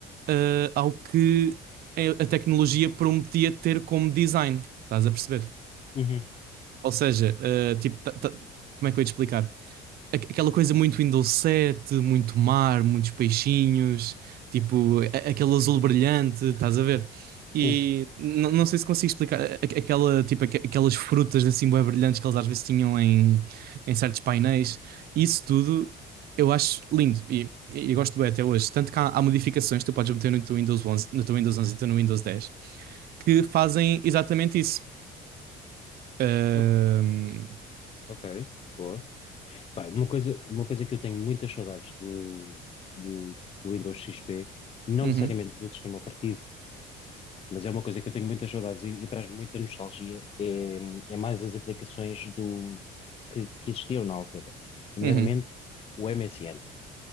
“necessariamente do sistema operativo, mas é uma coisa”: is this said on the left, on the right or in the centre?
Left